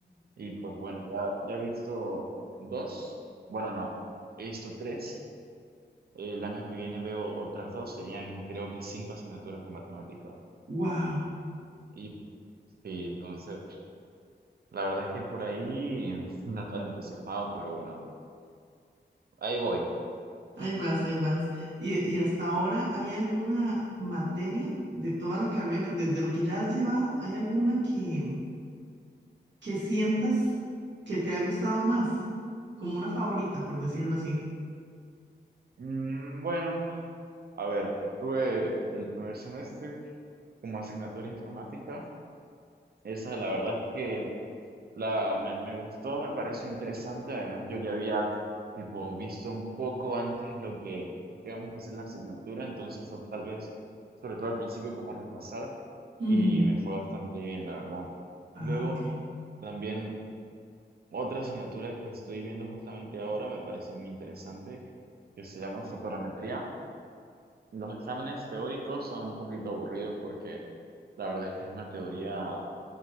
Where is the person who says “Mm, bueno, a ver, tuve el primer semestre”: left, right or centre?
Right